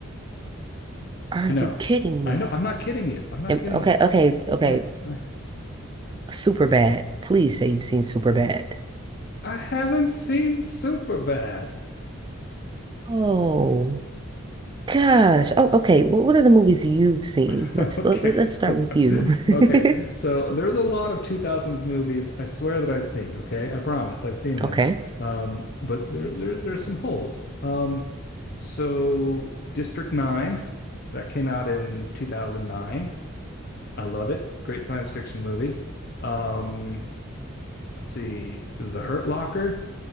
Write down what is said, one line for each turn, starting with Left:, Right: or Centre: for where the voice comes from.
Right: Are
Left: I
Right: you
Left: know.
Right: kidding me?
Left: I know. I'm not kidding you. I'm not
Right: Am-
Left: kidding
Right: Okay,
Left: you.
Right: okay, okay.
Left: All right. All right.
Right: Super bad. Please say you've seen Super bad.
Left: I haven't seen Superbad.
Right: Oh. Gosh. Oh, okay. Well, what are the movies you've seen?
Left: <laughs>
Right: Let's
Left: okay.
Right: let, let-
Left: <laughs>
Right: let's start with you. <laughs>
Left: Okay. So there's a lot of 2000s movies I swear that I've seen, okay? I promise I've seen them.
Right: Okay.
Left: Um, but there, there there's some holes. Um, so District 9 that came out in 2009. I love it. Great science fiction movie. Um, let's see. The Hurt Locker